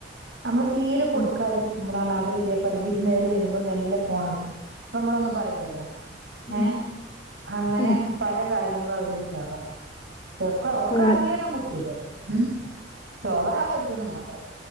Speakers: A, on the right; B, on the left.
A: മ്മള് തീരെ കൊടുക്കാതിരുന്നാ
B: ഉം
A: മ്മളാണേ അവര് ഇതേ പടിതിയില് നിന്നേറി വരുമ്പോ മെല്ലെ ഫോണെടുക്കും. അപ്പൊ മ്മളൊന്നും പറയില്ല. ലല്ലോ.
B: ഉം
A: ഏ അങ്ങനെ
B: ഉം
A: പല കാര്യ നിങ്ങള് അവര് <unintelligible> ചൊക്കെ ഒക്കെ
B: ആഹ്
A: അറിയണം കുട്ട്യോള്. മ്മ് <unintelligible> ഓവറാവരുതെന്ന് മാത്രം.